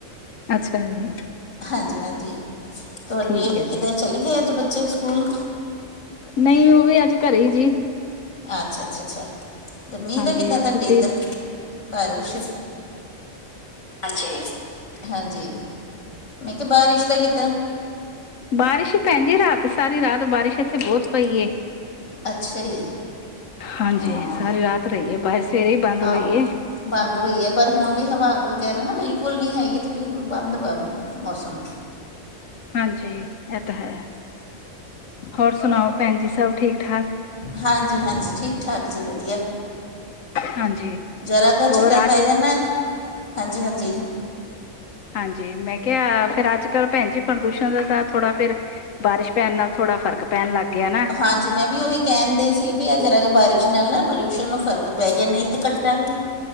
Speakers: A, on the left; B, on the left.
A: ਅੱਛਾ ਜੀ
B: ਹਾਂਜੀ ਹਾਂਜੀ, ਤੁਹਾਡੇ
A: ਠੀਕ ਹੈ ਜੀ
B: ਕਿਦਾਂ ਚਲੇ ਗਏ ਅੱਜ ਬੱਚੇ ਸਕੂਲ?
A: ਨਹੀਂ ਉਹ ਵੀ ਅੱਜ ਘਰੇ ਜੀ।
B: ਅੱਛਾ ਅੱਛਾ ਅੱਛਾ, ਤੇ ਮੀਂਹ
A: ਹਾਂਜੀ
B: ਦਾ ਕਿੱਦਾਂ
A: ਛੁੱਟੀ
B: ਤੁਹਾਡੇ ਇੱਧਰ? ਬਾਰਿਸ਼, ਹਾਂਜੀ। ਹਾਂਜੀ ਮੈਂ ਕਿਹਾ ਬਾਰਿਸ਼ ਦਾ ਕਿੱਦਾਂ?
A: ਬਾਰਿਸ਼ ਭੈਣ ਜੀ ਰਾਤ ਸਾਰੀ ਰਾਤ ਬਾਰਿਸ਼ ਇੱਥੇ ਬਹੁਤ ਪਈ ਏ।
B: ਅੱਛਾ ਜੀ
A: ਹਾਂਜੀ
B: ਹਾਂ
A: ਸਾਰੀ ਰਾਤ ਰਹੀਏ ਬਰ ਸਵੇਰੇ ਹੀ ਬੰਦ ਹੋਈ
B: ਆ
A: ਏ।
B: ਬੰਦ ਹੋਈ ਹੈ, ਪਰ ਹੁਣ ਵੀ ਹਵਾ ਵਗੈਰਾ ਨਾ ਬਿਲਕੁਲ ਨੀ ਹੈਗੀ ਤੇ ਬਿਲਕੁਲ ਬੰਦ ਵਾ। ਮੌਸਮ
A: ਹਾਂਜੀ ਇਹ ਤਾਂ ਹੈ, ਹੋਰ ਸੁਣਾਓ ਭੈਣ ਜੀ ਸਭ ਠੀਕ ਠਾਕ।
B: ਹਾਂਜੀ ਹਾਂਜੀ ਠੀਕ ਠਾਕ ਜੀ ਵਧੀਆ।
A: ਹਾਂਜੀ
B: ਜ਼ਰਾ ਕ
A: ਹੋਰ
B: ਛਿੱਟਾ ਪੈ
A: ਅੱਜ
B: ਜਾਣ ਨਾ ਹਾਂਜੀ ਹਾਂਜੀ
A: ਹਾਂਜੀ ਮੈਂ ਕਿਹਾ ਫੇਿਰ ਅੱਜ-ਕੱਲ ਭੈਣ ਜੀ ਪ੍ਰਦੂਸ਼ਣ ਦਾ ਤਾਂ ਥੋੜ੍ਹਾ ਫੇਿਰ। ਬਾਰਿਸ਼ ਪੈਣ ਨਾਲ ਥੋੜਾ ਫਰਕ ਪੈਣ ਲੱਗ ਗਿਆ ਨਾ।
B: ਹਾਂਜੀ ਹਾਂਜੀ। ਮੈਂ ਵੀ ਉਹੀ ਕਹਿਣ ਦ ਹੀ ਸੀ ਵੀ ਅਗਰ ਅਗ ਬਾਰਿਸ਼ ਨਾਲ ਨਾ ਪੋਲਿਊਸ਼ਨ ਨੂੰ ਫ਼ਰਕ ਪੈ ਗਿਆ ਨਹੀਂ ਤਾਂ ਕੱਟਾ ਮਿੱ